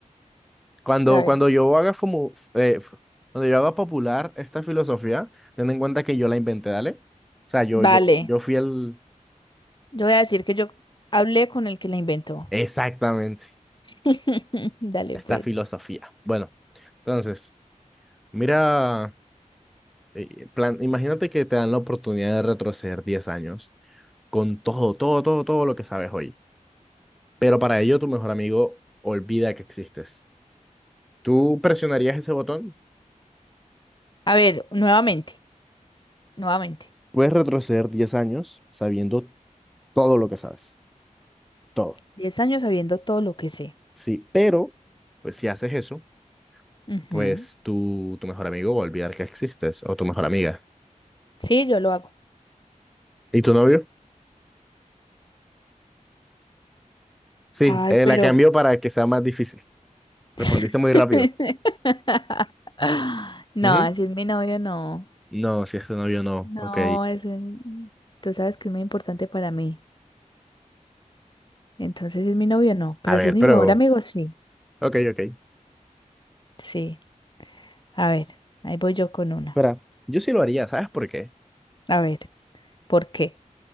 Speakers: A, in the centre; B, on the left.
A: Cuando,
B: A ver,
A: cuando yo haga fumu- eh, fu- cuando yo haga popular esta filosofía, ten en cuenta que yo la inventé, dale. O sea, yo,
B: dale.
A: yo, yo fui el
B: Yo voy a decir que yo hablé con el que la inventó.
A: exactamente
B: <laughs> Dale,
A: esta
B: pues.
A: filosofía. Bueno, entonces, mira, eh, plan, imagínate que te dan la oportunidad de retroceder 10 años con todo, todo, todo, todo lo que sabes hoy. Pero para ello tu mejor amigo olvida que existes. ¿Tú presionarías ese botón?
B: A ver, nuevamente, nuevamente.
A: Puedes retroceder 10 años sabiendo todo lo que sabes, todo.
B: Diez años sabiendo todo lo que sé.
A: Sí, pero Pues si haces eso,
B: Ujú.
A: pues tu, tu mejor amigo va a olvidar que existes o tu mejor amiga.
B: Sí, yo lo hago.
A: ¿Y tu novio? Sí,
B: Ay,
A: eh,
B: pero...
A: la cambió para que sea más difícil. Respondiste
B: <laughs>
A: muy rápido.
B: No,
A: Ujú.
B: así es mi novio, no.
A: No, si es tu novio, no.
B: No,
A: Ok.
B: es... tú sabes que es muy importante para mí. Entonces, si es mi novio, no. Pero
A: A ver,
B: si es mi
A: pero...
B: mejor amigo, sí.
A: Ok, ok.
B: Sí. A ver, ahí voy yo con una.
A: Espera, yo sí lo haría, ¿sabes por qué?
B: A ver, ¿por qué?